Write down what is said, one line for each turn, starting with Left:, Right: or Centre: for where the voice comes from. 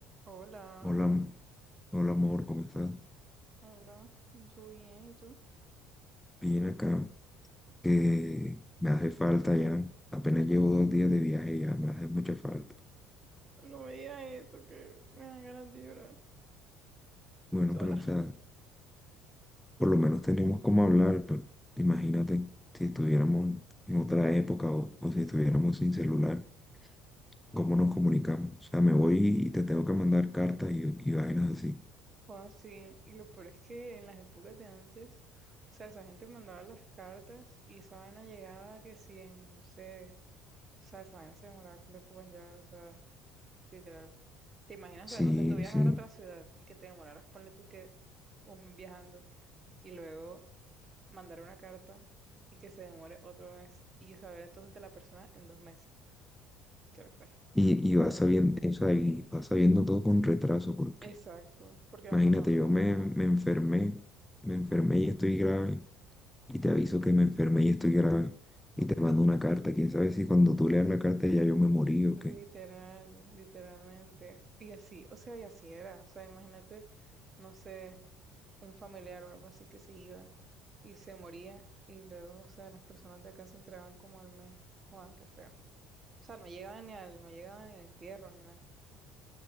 Right: Hola,
Centre: Hola, hola amor, ¿cómo estás?
Right: hola, yo bien, ¿y tú?
Centre: Bien acá, que me hace falta ya. Apenas llevo dos días de viaje y ya, me hace mucha falta.
Right: No me digas eso, que me dan ganas de llorar.
Centre: Bueno,
Right: Estoy sola.
Centre: pero o sea, por lo menos tenemos como hablar, pero imagínate si estuviéramos en otra época o, o si estuviéramos sin celular, ¿cómo nos comunicamos? O sea, me voy y te tengo que mandar cartas y, y vainas así.
Right: O así, y lo peor es que en las épocas de antes, o sea, esa gente mandaba las cartas y esa vaina llegaba que si en, no sé, o sea, esa vaina se demoraba que le puedan llegar, o sea, literal. ¿Te imaginas?
Centre: Sí,
Right: O sea, no sé, tú viajar
Centre: sí.
Right: a otra ciudad y que te demoraras, ponle tú que un mes viajando y luego mandar una carta y que se demore otro mes y saber entonces de la persona en dos meses. Qué locura.
Centre: Y, y vas sabiendo, o sea, y vas sabiendo todo con retraso, porque
Right: Exacto, porque
Centre: Imagínate,
Right: van pasando
Centre: yo
Right: cosas
Centre: me,
Right: nuevas.
Centre: me enfermé, me enfermé y estoy grave, y te aviso que me enfermé y estoy grave, y te mando una carta. Quién sabe si cuando tú leas la carta ya yo me morí o
Right: Literal,
Centre: qué.
Right: literalmente. Y así, o sea, y así era. O sea, imagínate, no sé, un familiar o algo así que se iba y se moría. Y luego, o sea, las personas de acá se entregaban como al mes. Guau, qué feo. O sea, no llegaban ni al, no llegaban ni al entierro ni nada.